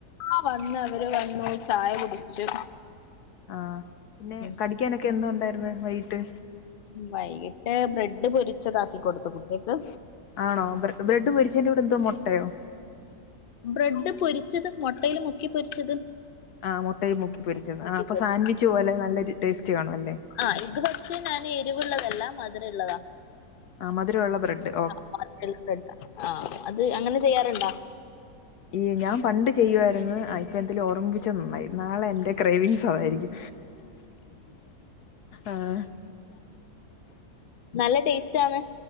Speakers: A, on the left (about 60°); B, on the left (about 80°).
A: ആഹ് വന്ന് അവര് വന്നു ചായ കുടിച്ചു
B: ആഹ് പിന്നെ
A: ഉം
B: കടിക്കാനൊക്കെ എന്തുണ്ടായിരുന്നു വൈകിട്ട്?
A: വൈകിട്ട് ബ്രെഡ് പൊരിച്ചതാക്കി കൊടുത്തു കുട്ടിയക്ക്
B: ആണോ? ബ്രഡ് പൊരിച്ചേന്റെ കൂടെന്തോ മൊട്ടയോ?
A: ബ്രഡ് പൊരിച്ചത് മൊട്ടേല് മുക്കി പൊരിച്ചത്
B: ആ് മൊട്ടയും മുക്കി പൊരിച്ചത്
A: മുക്കി
B: ആ അപ്പൊ
A: പൊരിച്ചത്
B: സാൻവിച്ച് പോലെ നല്ലൊരു ടേസ്റ്റ് കാണുവല്ലേ?
A: ആഹ് ഇത്പക്ഷേ ഞാൻ എരിവുള്ളതല്ല മധുരള്ളതാ
B: ആ മധുരമുള്ള ബ്രഡ്
A: ആ മധുരള്ള ബ്രഡാ ആ അത് അങ്ങനെ ചെയ്യാറ്ണ്ടോ?
B: ഇല്ല ഞാ പണ്ട് ചെയ്യുവായിരുന്നു ഇപ്പൊ എന്തായാലും ഓർമ്മിപ്പിച്ചത് നന്നായി നാളെ എൻ്റെ ക്രേവിങ്സ് അതായിരിക്കും ആഹ്
A: <inaudible> നല്ല ടേസ്റ്റാന്ന്